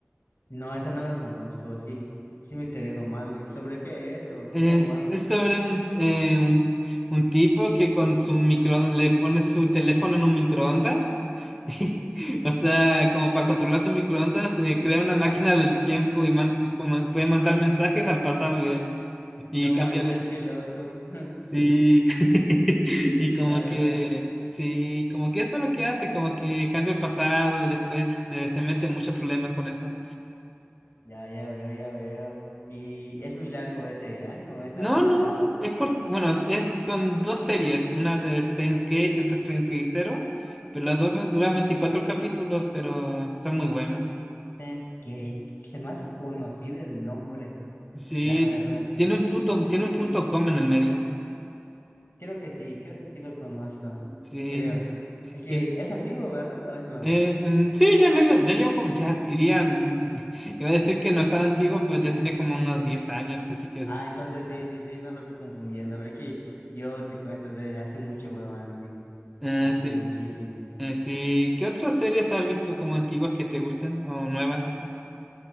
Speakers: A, on the left; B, in the centre.
A: No, esa no la conozco, sí, sí me te dejo mal. ¿Y ¿Sobre qué es o
B: Es,
A: cómo va?
B: es sobre un, eh, un, un tipo que con su micro le pone su teléfono en un microondas. <laughs> O sea, como para controlar su microondas, eh, crea una máquina del tiempo y man- como puede mandar mensajes al pasado. Y
A: No
B: cambiar,
A: manches, qué loco. <laughs>
B: sí, <laughs> y como
A: La
B: que,
A: verdad,
B: sí, como que eso es lo que hace, como que cambia el pasado y después eh, se mete en muchos problemas con eso.
A: ya, ya veo, ya veo. Y es muy largo ese ánimo, es,
B: No,
A: es
B: no,
A: corto.
B: es cort- bueno, es, son dos series, una de Steins Gate y otra Steins Gate Zero, pero las dos duran 24 capítulos, pero son muy buenos.
A: Steins Gate, se me hace conocido el nombre,
B: Sí,
A: la verdad.
B: tiene un punto, tiene un punto com en el medio,
A: Creo que sí, creo que sí lo conozco.
B: sí,
A: Creo. Es que
B: y
A: es antiguo, ¿verdad? ¿O es nuevo?
B: Eh, mm, sí, ya medio, ya llevo como, ya dirían, <laughs> iba a decir que no es tan antiguo, pero ya tiene como unos diez años, así que
A: Ah,
B: sí.
A: entonces sí, sí, sí, no lo estoy confundiendo. Pero es que yo te cuento desde hace mucho veo anime.
B: Eh,
A: Hace
B: sí,
A: muchísimo.
B: eh, sí. ¿Qué otras series has visto como antiguas que te gustan o nuevas, no sé?